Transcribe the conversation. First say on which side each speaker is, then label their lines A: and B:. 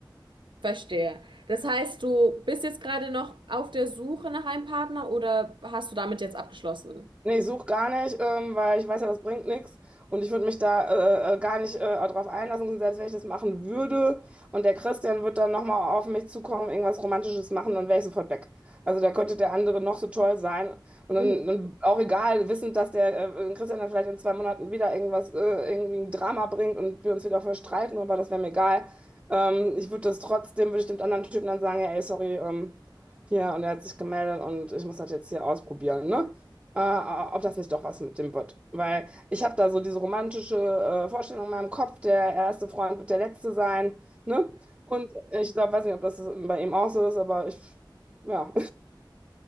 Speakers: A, on the right; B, on the right.
A: Verstehe. Das heißt, du bist jetzt gerade noch auf der Suche nach einem Partner oder hast du damit jetzt abgeschlossen?
B: Nee, ich suche gar nicht, ähm, weil ich weiß ja, das bringt nichts. Und ich würde mich da äh, äh, gar nicht äh, darauf einlassen, selbst wenn ich das machen würde. Und der Christian wird dann nochmal auf mich zukommen, irgendwas Romantisches machen, dann wäre ich sofort weg. Also da könnte der andere noch so toll sein. Und
A: Mhm.
B: dann, dann auch egal, wissend, dass der äh, äh, Christian dann vielleicht in zwei Monaten wieder irgendwas, äh, irgendwie ein Drama bringt und wir uns wieder verstreiten, aber das wäre mir egal. Ähm, ich würde das trotzdem, würde ich dem anderen Typen dann sagen, ja, ey, sorry, ähm, hier, und er hat sich gemeldet und ich muss das jetzt hier ausprobieren, ne? äh, äh, ob das nicht doch was mit dem wird. Weil ich habe da so diese romantische äh, Vorstellung in meinem Kopf, der erste Freund wird der letzte sein, ne? Und ich glaube, weiß nicht, ob das bei ihm auch so ist, aber ich, ja,